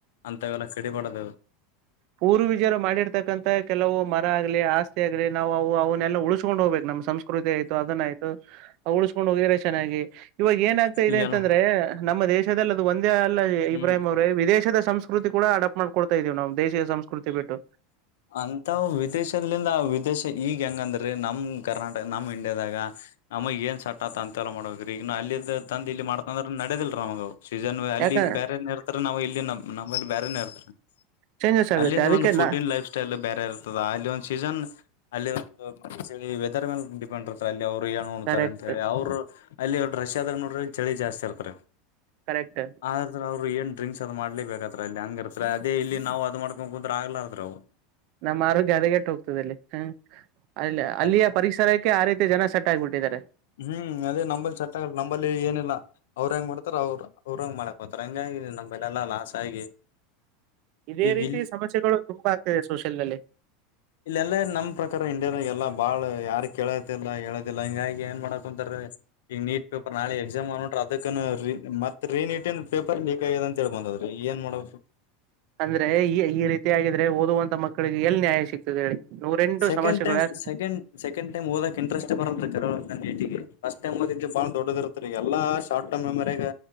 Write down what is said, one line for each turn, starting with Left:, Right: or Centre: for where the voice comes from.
Left: ಅಂತವೆಲ್ಲಾ ಕಡಿ ಬಡದ
Right: ಪೂರ್ವವಿಜಾರ ಮಾಡಿರ್ತಕ್ಕಂಂತ ಕೆಲವು ಮರ ಆಗ್ಲಿ ಆಸ್ತಿ ಆಗ್ಲಿ ನಾವು ಅವು ಅವನ್ನೆಲ್ಲಾ ಉಳ್ಸ್ಕೊಂಡ್ ಹೋಗ್ಬೇಕು ನಾ ನಮ್ಮ ಸಂಸ್ಕೃತಿ ಆಯ್ತು ಅದನ್ನಯ್ತು ಉಳಿಸಸ್ಕೊಂಡ್ ಹೋಗಿದ್ರೆ ಚೆನ್ನಾಗಿ ಇವಾಗ ಏನ್ ಆಗ್ತಾ ಇದೆ
Left: ಈಗೆಲ್ಲ
Right: ಅಂತಂದ್ರೆ ನಮ್ಮ ದೇಶದಲ್ಲಿ ಅದು ಒಂದೇ ಅಲ್ಲ
Left: ಹ್ಮ್
Right: ಇಬ್ರಾಹಿಂ ಅವ್ರೆ ವಿದೇಶದ ಸಂಸ್ ಸಂಕೃತಿ ಕೂಡ ಅಡಪ್ ಮಾಡ್ಡ್ತ ಇದೀ ನವು ದೇಶೀಯ ಸಂಸ್ಕೃತಿ ಬಿಟ್ಟು
Left: ಅಂತ ವಿದೇಶದಲಿಂದ ವಿದೇಶ ಈಗ ಈಗ ಹೆಂಗಂದ್ರೀ ನಮ ಕನಾರ್ಟಕ ನಮ್ ಇಂಡಿಯಾದಾಗ ನಮ ಏನ್ ಸಟ್ತ್ ಅಂತೆಲ್ಲ ಮಾಡ್ಬೇಕ್ರೀ ಈಗ ಅಲ್ಲಿ ಇ ತಂದ ಇಲ್ಲಿ ಮಾಡ್ತ್ರ ನಡೆದಿಲ್ ನಮಗ್ ಅವು ಸೀಸನ್ ಅಲ್ಲಿ
Right: ಯಾಕ
Left: ಬೇರೆ ಇರ್ತ ನಾವು ಇ ನಮ್ಮಲ್ಲಿ ಬೇರೆನೇ ಇರ್ತಾರೆ
Right: ಚೇಂಜಸ್ ಆಗುತ್ತೆ
Left: ಅಲ್ಲಿಂದ
Right: ಅದಕ್ಕೆ
Left: ಒಂದು ಫುಡ್
Right: ನಾ
Left: ಇನ್ ಲೈಫ್ ಸ್ಟೈಲ್ ಬೇರೆ ಇರ್ತದ ಅಲ್ಲಿ ಒಂದು ಸೀಸನ್ ಅಲ್ಲಿಂದು ಮ ವೆದರ್ ಮೇಲೆ ಡಿಪೆಂಡ್ ಇರ್ತಾರೆ ಅಲ್ಲಿ ಅವ ಏನ್ ಉಂಡ್ತಾರೆ
Right: ಕರೆಕ್ಟ್
Left: ಅಂತ ಹೇಳಿ ಅವ್ರು ಅಲ್ಲಿ ರಷ್ಯಾದಾಗ ನೋಡ್ರ ಚಳಿ ಜಾಸ್ತಿ ಇರ್ತಾರೆ
Right: ಕರೆಕ್ಟ್
Left: ಆದ್ರಾ ಅವರು ಎಂಟು ಡ್ರಿಕ್ಸ್ ಅದ್ ಮಾಡ್ಲೆ ಬೇಕಕ್ತ್ರ ಅಲ್ಲಿ ಹಂಗ ಇರ್ತ ಅದ ಇ ನಾವು ಅದ್ಕೊಂಡ ಕುುದ್ರ ಆಗ್ಲಾರ್ರ ಅವು
Right: ನಮ್ಮ ಆರೋಗ್ಯ ಹದಗೆಟ್ಟು ಹೋಗ್ತದೆ ಅಲ್ಲಿ ಹ ಅ ಅಲ್ಲಿಯ
Left: ಅದಕ್ಕೆ
Right: ಪರಿಸರಕ್ಕೆ ಆ ರೀತಿ ಜನ ಸಟ್ಟ ಆಗ್ಬಿಟ್ಟಿದ್ದಾರೆ
Left: ಹ್ಮ್ ಅದೇ ನಂಬಲ್ ಚಟ್ ನಂಬಲ್ಲಿ ಏನಿಲ್ಲ ಅವ್ರ ಹೆಂಗ ಮಾಡ್ತಾರ ಅವ್ರರು ಅವ್ರ ಹಂಗ್ ಮಾಡಕ್ ಹೋಗ್ತಾರೆ ಹಂಗಾಗಿದೆ ನಮ್ಮ್ಲೆ ಎಲ್ಲಾ ಲಾಸ್ ಆಗಿ
Right: ಇದೇ
Left: ಈಗ
Right: ರೀತಿ ಸಮಸ್ಯೆಗಳು ತುಂಬಾ ಆಗ್ತದೆ ಸೋಷಿಯಲ್ ನಲ್ಲಿ
Left: ಇಲ್ಲೆಲ್ಲ ನಮ್ ಪ್ರಕಾರ ಇಂಡಿಯಾದಾಗ ಎಲ್ಲಾ ಬಾಳ್ ಯಾರ ಕೇಳದಿಲ್ಲ ಹೇಳದಿಲ್ಲ ಹಿಂಗಾಗಿ ಏನ್ ಮಾಡಕ್ ಕುಂತಾರಿ ಈಗ ನೀಟ್ ಪೇಪರ್ ನಾಳೆ ಎಕ್ಸಾಮ್ ಅನ್ನೋದ್ರಾಗ ಅದುಕ್ಕುನು ಮತ್ತ ರೀ ನೀಟಿಂದ್ ಪೇಪರ್ ಲೀಕ್ ಆಗದೆ ಆದ ಅಂತೇಳ್ಬಂದದ್ರೀ ಏನ್ ಮಾಡೋ
Right: ಅಂದ್ರೆ ಈ ಈ ರೀತಿ ಆಗಿದ್ರೆ ಓದುವಂತ ಮಕ್ಕಳಿಗೆ ಎಲ್ ನ್ಯಾಯ ಸಿಗ್ತದೆ ಹೇಳಿ ನೂರೆಂಟು
Left: ಸೆಕಂಡ್
Right: ಸಮಸ್ಯೆಗಳು
Left: ಟೈಮ್
Right: ಯಾಕ
Left: ಸೆಕ್ ಸೆಕೆಂಡ್ ಟೈಮ್ ಓದಕ್ ಇಂಟರೆಸ್ಟ್ ಬರಲ್ದ ನ ಭಟಿಗೆ ಫಸ್ಟ್ ಟೈಮ್ ಬಾಳ ದೊಡ್ಡದ ಇರ್ತ್ತ ಈ ಎಲ್ಲ ಶಾರ್ಟ್ ಟರ್ಮ್ ಮೆಮರಿ ಯಾಗ